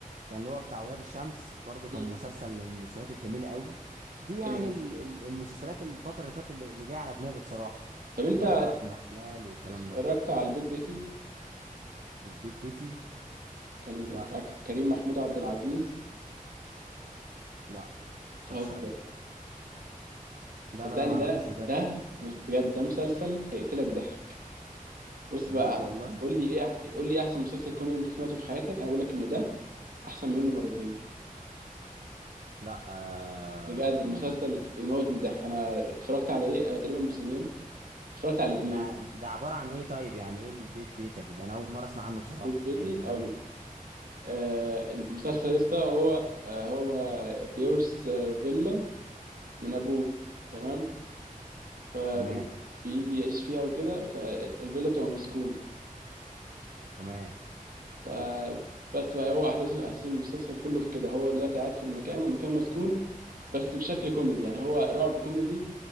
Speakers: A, on the right; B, on the right.
A: كان اللي هو بتاع ولاد الشمس برضه كان
B: امم
A: مسلسل من المسلسلات الجميله قوي دي يعني
B: كام
A: ال- ال- المسلسلات الفتره اللي فاتت اللي, اللي جايه على دماغي بصراحه
B: طب انت
A: اللي هو ابن حلال والكلام
B: اتفرجت
A: ده
B: على البيت بيتي
A: البيت بيتي
B: كان
A: لا
B: بتاع كريم محمود عبد العزيز
A: لا ما
B: بتهزر
A: اتفرجش عليه لا
B: صدقني
A: لا لا ما
B: ده
A: اعرفوش بجد
B: ده بجد ده مسلسل هيقتلك ضحك بص
A: بجد
B: بقى
A: والله
B: قول لي ايه قول لي ايه احسن مسلسل كوميدي انت سمعته في حياتك انا بقول لك ان ده احسن منه مرتين
A: لا آه
B: بجد
A: ما
B: مسلسل يموت من الضحك انا اتفرجت على ايه أو تقريبا موسمين اتفرجت على الاثنين
A: ده ده عباره عن ايه طيب يعني ايه البيت بيتك ده انا اول مره اسمع عنه بصراحه
B: بيت بيتي
A: يعني الغريب
B: او ال- آه المسلسل يا اسطى هو آه هو بيورث آه فيلا من ابوه تمام فبيجي
A: تمام
B: يعيش فيها وكده فالفيلا بتبقى مسكونه
A: تمام
B: فبس بقى هو احداث اساس المسلسل كله في كده هو دلوقتي قاعد في المكان والمكان مسكون بس بشكل كوميدي يعني هو رعب كوميدي